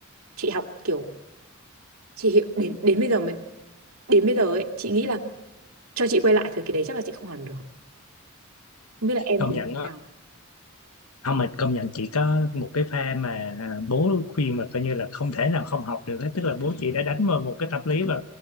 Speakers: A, on the right; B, on the left.
A: chị học kiểu chị hiểu đến đến bây giờ mình đến bây giờ ấy chị nghĩ là cho chị quay lại thời kỳ đấy chắc là chị không làm được không biết là em
B: công
A: thì
B: nhận
A: như thế nào
B: không mà công nhận chị có một cái pha mà à, bố khuyên mà coi như là không thể nào không học được ấy. tức là bố chị đã đánh vào một cái tâm lý và